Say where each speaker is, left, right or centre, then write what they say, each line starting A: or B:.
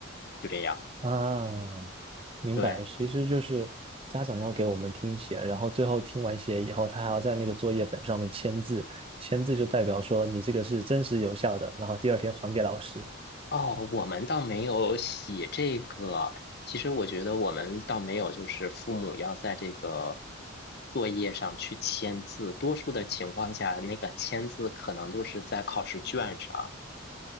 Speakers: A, on the left; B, on the right.
A: 就这样。
B: 啊，明白，
A: 对，
B: 其实就是家长要给我们听写，然后最后听完写以后，他还要在那个作业本上面签字，签字就代表说你这个是真实有效的，然后第二天还给老师。
A: 哦，我们倒没有写这个。其实我觉得我们倒没有，就是父母要在这个作业上去签字。多数的情况下，那个签字可能就是在考试卷上。